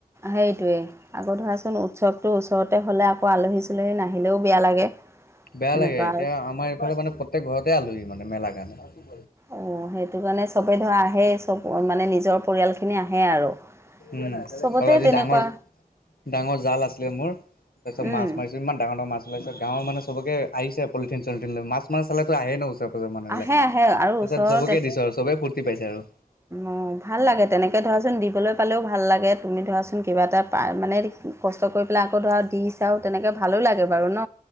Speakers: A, on the right; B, on the left.
A: সেইটোৱেই। আকৌ ধৰাচোন উৎসৱটো ওচৰতে হ'লে আকৌ আলহী চালহী নাহিলেও বেয়া লাগে।
B: বেয়া
A: তেনেকুৱা
B: লাগে এতিয়া
A: আৰু
B: আমাৰ এইফালে মানে প্ৰত্যেক ঘৰতে আলোহী মানে মেলা কাৰণে।
A: অঁ সেইটো কাৰণে চবেই ধৰ আহেই চব মানে নিজৰ পৰিয়ালখিনি আহে আৰু।
B: উম আৰু
A: চবতে
B: আজি
A: তেনেকুৱা
B: ডাঙৰ ডাঙৰ জাল আছিলে মোৰ তাৰপিছত
A: উম,
B: মছ মাৰিছো, ইমান ডাঙৰ - ডাঙৰ মাছ চলাইছো গাঁৱৰ মানে চবকে আহিছে পলিথিন- চলিথিন ল মাছ- মাছ চালেতো আহে ন ওচৰ চৰৰ মানুহবিলাক
A: আহে
B: তাৰপিছত
A: আহে আৰু ওচৰৰ
B: চবকে দিছো আৰু চবেই ফূৰ্তি পাইছে আৰু।
A: অ ভাল লাগে তেনেকৈ ধৰাচোন দিবলৈ পালেও ভাল লাগে তুমি ধৰাচোন কিবা এটা পা মানে কষ্ট কৰি পেলাই আকৌ ধৰা দি চাওঁ তেনেকৈ ভালো লাগে বাৰু ন,